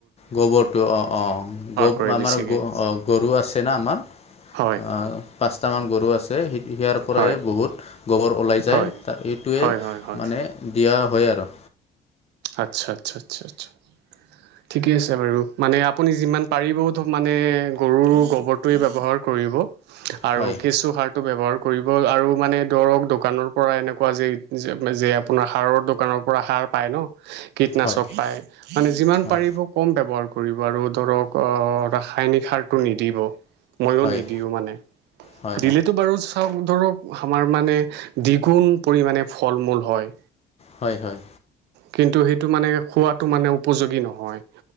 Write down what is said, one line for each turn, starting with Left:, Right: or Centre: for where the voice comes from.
Left: গোবৰটো অ', অ', গ
Right: কৰে
Left: আমাৰ
Right: বেছিকৈ
Left: অ গৰু আছে না আমাৰ। অ'
Right: হয়
Left: পাঁচটা মান গৰু আছে। সেই পৰাই
Right: হয়
Left: বহুত গোবৰ ওলাই যায়
Right: হয়
Left: এইটোৱে
Right: হয় হয় হয়
Left: মানে দিয়া হয় আৰু
Right: আচ্ছা আচ্ছা আচ্ছা আচ্ছা। ঠিকে আছে বাৰু মানে আপুনি যিমান পাৰিবও মানে গৰুৰ গোবৰটোৱে ব্যৱহাৰ কৰিব। আৰু
Left: হয়,
Right: কিছু সাৰ ব্যৱহাৰ কৰিব আৰু মানে ধৰক দোকানৰ পৰা এনেকুৱা যে আপোনাৰ সাৰৰ দোকানৰ সাৰ পাই ন মানে যি কৃটনাশক
Left: হয়,
Right: পাই‌ মানে যিমান
Left: হয়,
Right: পাৰিব কম ব্যৱহাৰ কৰিব আৰু ধৰক অ' ৰাসায়নিক সাৰটো নিদিব। ময়ো
Left: হয়,
Right: নিদিও
Left: হয়,
Right: মানে
Left: হয়,
Right: দিলেতো বাৰু চাওক ধৰক আমাৰ মানে দ্বিগুণ পৰিমানে ফল মূল হয়।
Left: হয় হয়।
Right: কিন্তু সেইটো মানে খোৱাটো মানে উপযোগী নহয়।